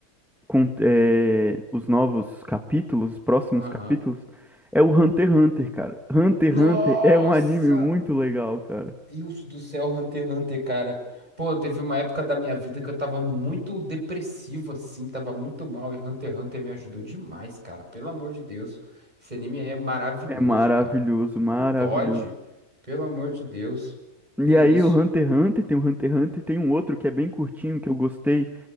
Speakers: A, in the centre; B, on the right.
A: com eh, os novos capítulos, os próximos
B: Aham.
A: capítulos, é o Hunter x Hunter, cara. Hunter x
B: Nossa!
A: Hunter é um anime muito legal, cara.
B: Deus do céu, Hunter x Hunter, cara. Pô, teve uma época da minha vida que eu tava muito depressivo, assim, tava muito mal, e Hunter x Hunter me ajudou demais, cara. Pelo amor de Deus. Esse anime é maravilhoso,
A: É maravilhoso,
B: cara. Como
A: maravilhoso.
B: é que pode? Pelo amor de Deus.
A: E
B: Que isso?
A: aí o Hunter x Hunter, tem o Hunter x Hunter, tem um outro que é bem curtinho, que eu gostei,